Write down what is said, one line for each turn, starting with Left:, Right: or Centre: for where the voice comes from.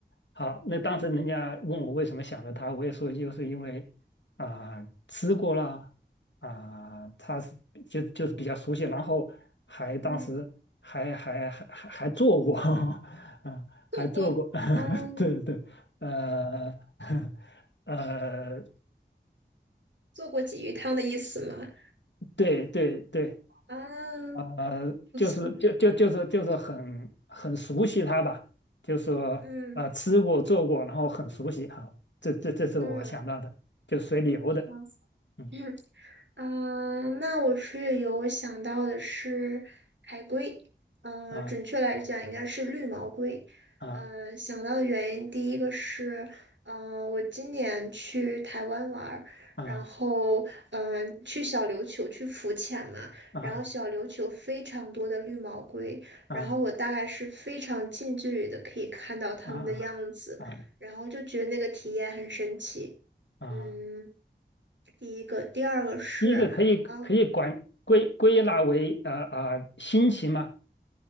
Left: 好，那当时人家问我为什么想着它，我也说就是因为啊、吃过啦，啊、它是就就是比较熟悉，然后还当时还还还还还做过，
Right: 嗯，
Left: <laughs> 啊、
Right: 做过，
Left: 还做过，
Right: 嗯，
Left: <laughs> 对对，呃 <laughs> 呃，
Right: 做过鲫鱼汤的意思吗？
Left: 对对对
Right: 啊，
Left: 呃，
Right: 不错。
Left: 就是就就就是就是很很熟悉它吧，就是
Right: 嗯
Left: 呃吃过做过，然后很熟悉好，这这这是我想到的，
Right: 嗯，
Left: 就随里游的，
Right: 好，
Left: 嗯
Right: <clears throat> 嗯，呃那我是有想到的是海龟，呃，
Left: 啊
Right: 准确来讲应该是绿毛龟。
Left: 啊
Right: 呃，想到的原因，第一个是，嗯、我今年去台湾玩儿，
Left: 啊
Right: 然后，嗯、去小琉球去浮潜嘛，
Left: 啊
Right: 然后小琉球非常多的绿毛龟，
Left: 啊
Right: 然后我大概是非常近距离的可以看到它们的样子，
Left: 啊啊啊，
Right: 然后就觉得那个体验很神奇。
Left: 啊
Right: 嗯，第一个，第二个是，
Left: 第一个可以可以管归归纳为呃呃新奇吗？
Right: 啊，